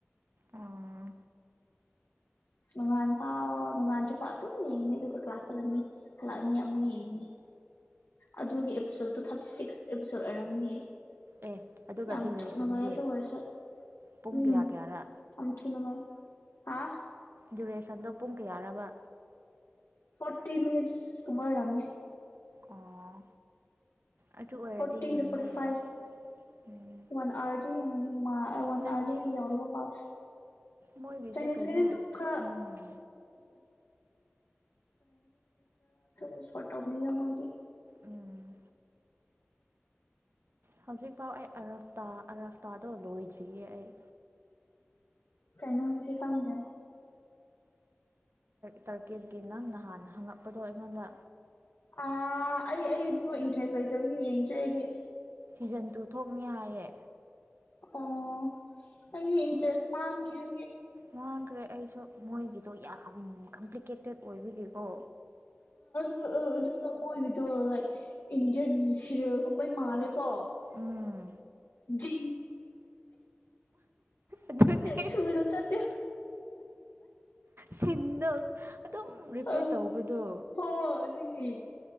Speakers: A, on the right; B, on the left.
A: ꯑꯣ
B: ꯅꯣꯡꯉꯥꯟ ꯐꯥꯎ ꯅꯣꯡꯉꯥꯟꯁꯨꯐꯥꯎ ꯑꯗꯨꯝ ꯌꯦꯡꯉꯅꯤ ꯑꯗꯨꯒ ꯀ꯭ꯂꯥꯁ ꯆꯠꯂꯅꯤ ꯍꯜꯂꯛꯑꯅꯤ ꯑꯃꯨꯛ ꯌꯦꯡꯉꯅꯤ ꯑꯗꯨꯒꯤ ꯑꯦꯄꯤꯁꯣꯠꯇꯣ ꯊꯥꯔꯇꯤ ꯁꯤꯛꯁ ꯑꯦꯄꯤꯁꯣꯠ ꯑꯣꯏꯔꯝꯅꯤ ꯌꯥꯝ
A: ꯑꯦ ꯑꯗꯨꯒ
B: ꯌꯥꯝ
A: ꯗ꯭ꯌꯨꯔꯦꯁꯟꯗꯤ
B: ꯊꯨꯅ ꯃꯔꯥꯏꯗ ꯑꯣꯏꯔꯁ
A: ꯄꯨꯡ
B: ꯎꯝ
A: ꯀꯌꯥ ꯀꯌꯥꯔꯥ
B: ꯌꯥꯝ ꯊꯅ ꯑꯃꯥꯏ ꯍꯥ
A: ꯗꯨꯔꯦꯁꯟꯗꯣ ꯄꯨꯡ ꯀꯌꯥꯔꯕ
B: ꯐꯣꯔꯇꯤ ꯃꯤꯅꯤꯠꯁ ꯀꯨꯝꯃꯔ ꯔꯨ
A: ꯑꯣ ꯑꯗꯨ ꯑꯣꯏꯔꯗꯤ
B: ꯐꯇꯤ
A: ꯌꯦꯡꯕ
B: ꯐꯤ ꯐ
A: ꯌꯥꯏ ꯎꯝ
B: ꯋꯥꯟꯔ ꯋꯥꯟ
A: ꯆꯥꯏꯅꯤꯁ
B: ꯑꯥꯋꯥꯔꯗꯤ ꯌꯥꯎꯔꯒ ꯃꯥ
A: ꯃꯣꯏꯒꯤꯁꯦ
B: ꯆꯥꯏꯅꯤꯁꯈꯩꯗꯤ
A: ꯀꯩꯅꯣ
B: ꯑꯗꯨꯝ ꯈꯔ
A: ꯎꯝ
B: ꯎ ꯁꯣꯇꯣꯔꯤ
A: ꯎꯝ ꯑ ꯍꯧꯖꯤꯛꯐꯥꯎ ꯑꯩ ꯑꯔꯞꯇꯥ ꯑꯔꯞꯇꯥꯗꯣ ꯂꯣꯏꯗ꯭ꯔꯤꯌꯦ ꯑꯩ
B: ꯀꯥꯏꯅ ꯊꯝꯅꯦ
A: ꯇꯔꯀꯤꯁꯀꯤ ꯅꯪ ꯅꯍꯥꯟꯅ ꯍꯪꯉꯛꯄꯗꯣ ꯑꯩꯉꯣꯟꯗ
B: ꯑ ꯑꯩ ꯑꯩꯗꯨꯕꯨ ꯏꯟꯇꯔꯦꯁ ꯂꯩꯇꯕꯒꯤ ꯌꯦꯡꯗ꯭ꯔꯦ ꯑꯩꯗꯤ
A: ꯁꯤꯖꯟ ꯇꯨ ꯊꯣꯛꯅꯤ ꯍꯥꯏꯌꯦ
B: ꯑꯣ ꯑꯩ ꯏꯟ ꯆꯁ ꯃꯥꯡꯒꯤꯦ
A: ꯃꯥꯡꯈ꯭ꯔꯦ ꯑꯩꯁꯨ ꯃꯣꯏꯒꯤꯗꯣ ꯌꯥꯝ ꯀ ꯑꯦꯄ꯭ꯂꯤꯀꯦꯇꯦꯠ ꯑꯣꯏꯕꯤꯒꯦꯀꯣ
B: ꯑ ꯑꯗꯨ ꯅꯃꯒꯣ ꯏꯟꯖꯟꯁꯤꯒꯣꯏ ꯃꯥꯂ ꯀ
A: ꯎꯝ
B: ꯖꯤ
A: ꯑꯗꯨꯅꯦ
B: ꯊꯨꯗꯗ ꯇꯨ
A: ꯁꯤꯟꯗꯣ ꯑꯗꯨꯝ ꯔꯤꯄꯦꯠ
B: ꯑꯪ
A: ꯇꯧꯕꯗꯣ
B: ꯍꯣꯏ ꯑꯗꯨꯒꯤ